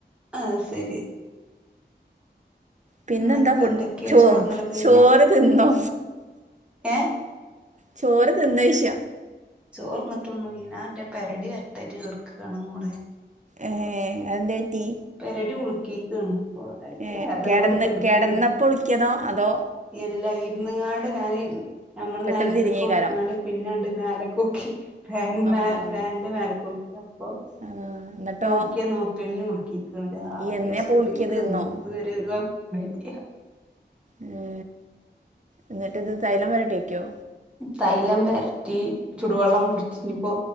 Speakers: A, in the centre; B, on the right (about 40°).
A: ആഹ് ശരി
B: പിന്നെന്താ
A: എന്നിട്ട്
B: ഫുഡ്
A: എന്തൊക്കെയാ
B: ചോ
A: ചോറ്ന്നലൊക്കെ
B: ചോറ്
A: കഴിഞ്ഞാ
B: തിന്നോ?
A: ഏഹ്
B: ചോറ് തിന്ന വിഷയം
A: ചോറ്ന്നിട്ടൊന്നുല്ല ഞാന്റെ പെരടി വെരതയിട്ട് കെടകാണ് മോളെ
B: ഏഹ് അത് എന്തെ പറ്റി
A: പെരടി കുളക്കിക്കാണ
B: ഏഹ്
A: വേദന
B: കെടന്ന്
A: കൊണ്ട് കേടുക്ക
B: കെടന്നപ്പോ ഒളിക്കിയതോ അതോ
A: എല്ലാ ഇരുന്നങ്ങാടെ ഞാന് ഞമ്മള്
B: പെട്ടെന്ന്
A: നൽത്ത്ക്കക്കിങ്ങ
B: തിരിഞ്ഞേക്കാരം
A: പിന്നെണ്ട് മലെക്കോക്കിാൻ <unintelligible>
B: ആഹ്
A: പാന്റ് മേലക്കോക്കി അപ്പോ
B: ആഹ് എന്നിട്ടോ
A: നോക്കിയാ നോക്കല ആഭ്യാസം
B: ഈ എന്നയാപ്പൊ
A: ഉപയോഗിക്കുന്നു
B: വിളിക്കിയത് ഇന്നോ
A: ഇത് വരെ <unintelligible>
B: ഉ എന്നിട്ട് ഇത് തൈലം വരട്ടി വക്കോ
A: തൈലം പെരറ്റി ചുടുവെള്ളം പൊടിച്ചഞ്ഞ ഇപ്പോ